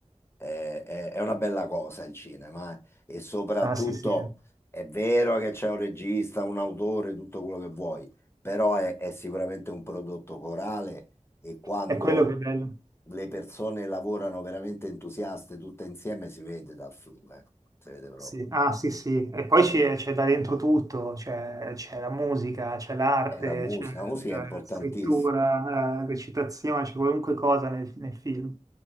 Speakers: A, on the left; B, on the right.
A: è, è- è una bella cosa il cinema, eh. E soprattutto
B: Ah, sì, sì,
A: è vero che c'è un regista, un autore, tutto quello che vuoi, però è, è sicuramente un prodotto corale e quando
B: è quello che è bello.
A: le persone lavorano veramente entusiaste tutte insieme si vede dal film, eh. Si vede proprio.
B: Sì. Ah, sì, sì. E poi c'è c'è da dentro tutto, c'è c'è la musica, c'è l'arte,
A: E la musica,
B: c'è eh,
A: la musica
B: la
A: è importantissima.
B: scrittura, la recitazione, c'è qualunque cosa nel nel film.